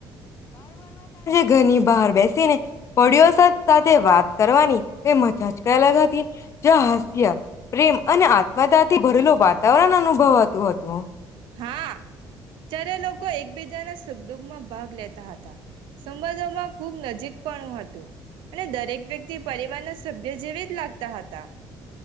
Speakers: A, on the left; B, on the right.
A: ઘરણી બહાર બેસે ને પળીઓ સાથે વાત કરવાની તે મજા જ કલા હતી જ હાસ્ય પ્રેમ અને આત્મદાથી ભરેલું વાતાવરણ અનુ ભવાતું હતું
B: હા જ્યારે લોકો એકબીજાના સુખ દુઃખમાં ભાગ લેતા હતા સંબંધોમાં ખુબ નજીક પણ હતું અને દરેક વ્યક્તિ પરિવારના સભ્ય જેવી જ લાગતા હતા